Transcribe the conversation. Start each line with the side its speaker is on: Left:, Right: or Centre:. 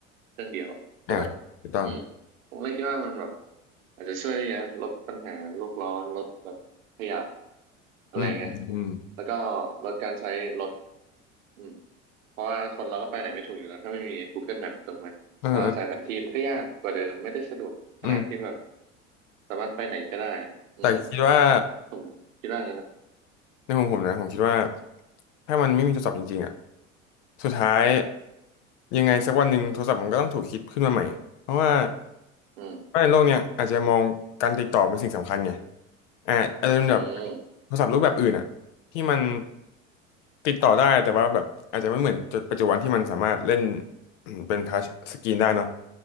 Right: เครื่องเดียวใช่ปะ
Left: อ่ะถูกต้อง
Right: อืม ผมเลยคิดว่ามันแบบอาจจะช่วยได้เยอะลดปัญหาโลกร้อนลดแบบขยะอะไรเงี้ย
Left: อืมอืมอืม
Right: แล้วก็ลดการใช้รถอืมเพราะว่าคนเราก็ไปไหนไม่ถูกอยู่แล้วถ้าไม่มี Google Map ถูกไหมต้องอาศัยแผนที่มันก็ยากกว่าเดิมไม่ได้สะดวกขนาดที่แบบ
Left: เอออืม
Right: สามารถไปไหนก็ได้อืม
Left: แต่คิดว่า
Right: ผมคิดว่างั้นนะ
Left: ในมุมผมนะผมคิดว่าถ้ามันไม่มีโทรศัพท์จริงๆอ่ะสุดท้าย
Right: อืม
Left: ยังไงสักวันหนึ่งโทรศัพท์มันก็ต้องถูกคิดขึ้นมาใหม่เพราะว่า
Right: อืม
Left: ไม่โลกเนี่ยอาจจะมองการติดต่อเป็นสิ่งสำคัญไงอ่าอาจจะเป็นแบบ
Right: อืม
Left: โทรศัพท์รูปแบบอื่นอ่ะที่มันติดต่อได้แต่ว่าแบบอาจจะไม่เหมือนจุดปัจจุบันที่มันสามารถเล่นอืมเป็นทัชสกรีนได้เนาะ